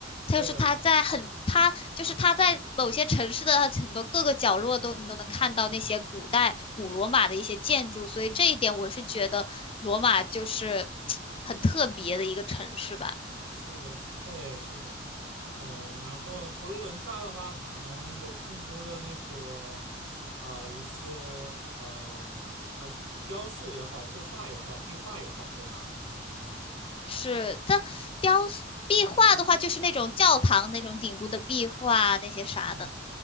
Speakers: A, on the left; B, on the right.
A: 就是它在很它就是它在某些城市的很多各个角落都你都能看到那些古代古罗马的一些建筑，
B: 对啊。
A: 所以这一点我是觉得罗马就是很特别的一个城市吧。
B: 是的，哎，是的，嗯，然后佛罗伦萨的话，可能有更多的那个，啊，一些呃，这呃，雕塑也好，绘画也好，壁画也好，对吧？嗯
A: 是，它雕塑壁画的话就是那种教堂那种顶部的壁画啊那些啥的。
B: 嗯